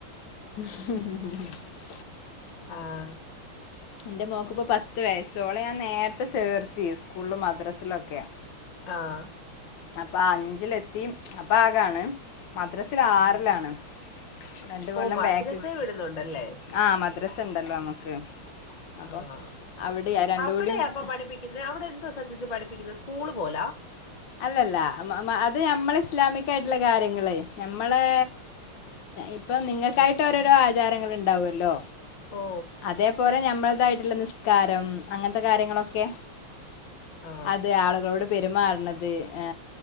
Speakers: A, on the left (about 70°); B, on the left (about 35°).
A: <unintelligible>
B: ആഹ്
A: എന്റെ മോക്ക് ഇപ്പോ പത്ത് വയസ്സോളെ നേരത്തെ ചേർത്തി സ്കൂളും മദ്രസിലും ഒക്കെയ
B: ആഹ്
A: അപ്പൊ അഞ്ചിലെത്തി അപ്പൊ ആകാണ് മദ്രാസില
B: ഉം
A: ആറിലാണ് രണ്ടു കൊല്ലം
B: ഓ മദ്രസ
A: ബാക്ക്
B: വിടുന്നുണ്ടല്ലേ
A: ആ മദ്രസ്സണ്ടല്ലോ നമുക്ക് അപ്പം
B: ആഹ്
A: അവിടെ രണ്ടും
B: അവിടെ
A: കൂടിയും
B: അപ്പൊ പഠിപ്പിക്കുന്നത് അവിടെ എന്തോ സത്യത്തിൽ പഠിപ്പ ക്കുന്നെ സ്കൂള് പോലാ
A: അല്ലല്ല അത് ഞമ്മൾ ഇസ്ലാമിക്ക ആയിട്ടുള്ള കാര്യങ്ങള് ഞമ്മളെ ഇപ്പൊ നിങ്ങൾക്കായിട്ട് ഓരോരോ ആചാരങ്ങൾ ഉണ്ടാവല്ലോ
B: ഓ
A: അതേപോലെ ഞമ്മ അതായിട്ടുള്ള നിസ്കാരം അങ്ങനത്തെ കാര്യങ്ങളൊക്കെ
B: ആ
A: അത് ആളുകളോട് പെരുമാറുന്നത് അത് ആ